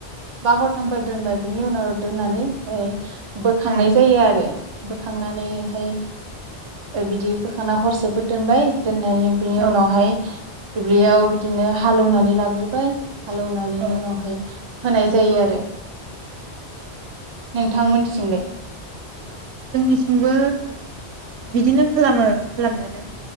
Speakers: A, on the right (about 40°); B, on the right (about 80°).
A: बा हरथामफोर दोनबाय बिनि उनाव दोननानै ओमफाय बोखांनाय
B: औ
A: जायो आरो बोखांनानैहाय बिदि बोखांना हरसेफोर दोनबाय दोननानै बिनि
B: औ
A: उनावहाय दुब्लियाव बिदिनो हालौनानै। लाग्रोबा ओमफ्राय। हालौनानै
B: औ
A: उनावहाय। होनाय जायो आरो। नोंथां मोनथिंलाय।
B: जोंनिथिंबो बिदिनो खालामो खालामनायालाय।